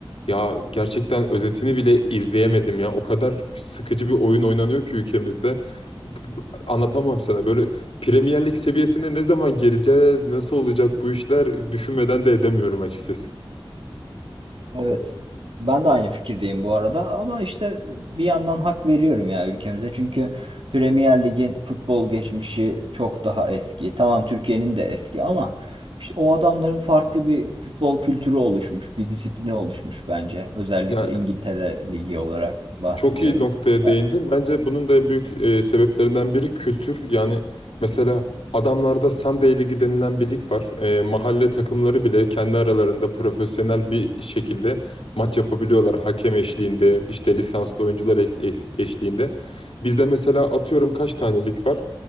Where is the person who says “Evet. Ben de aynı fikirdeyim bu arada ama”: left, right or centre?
Right